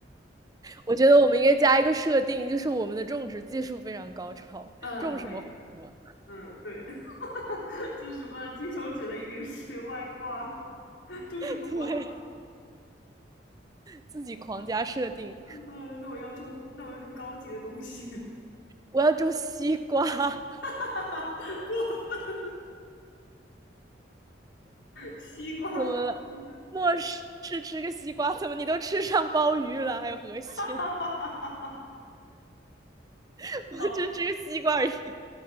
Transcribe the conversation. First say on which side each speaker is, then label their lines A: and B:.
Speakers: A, on the right; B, on the left.
A: 我觉得我们应该加一个设定，就是我们的种植技术非常高超，
B: 嗯，
A: 种什么活什么，
B: 可以的。嗯，对，<laughs> 这是什么金手指了，已经是外挂，<laughs> 种什么活什么。
A: <laughs> 对，自己狂加设定。
B: 嗯，那我要种，那我要种高级的东西。
A: 我要种西瓜，<laughs>
B: <laughs> 过分，西瓜都出来了。
A: 怎么了？末世吃个西瓜，怎么你都吃上鲍鱼了，还有河蟹，
B: <laughs>
A: <laughs> 我只吃个西瓜而已，
B: 好，